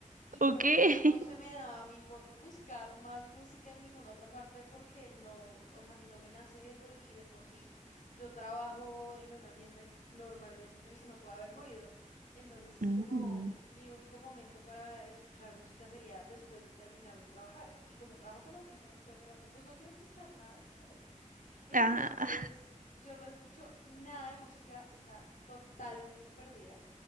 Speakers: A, on the left (about 70°); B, on the right (about 85°).
A: y
B: Ok.
A: por eso
B: <laughs>
A: es que no se me da a mí por buscar más música en ninguna otra parte, porque no, o sea, a mí no me nace eso y de por sí yo trabajo en un ambiente normalmente en el que no puede haber ruido. Entonces es
B: Ujú.
A: como mi único momento para escuchar música sería después de terminar de trabajar. Y como trabajo con audífonos todo el rato, pues no quiero escuchar nada después. <laughs> Entonces
B: Ah,
A: yo no escucho nada de música, está totalmente perdida.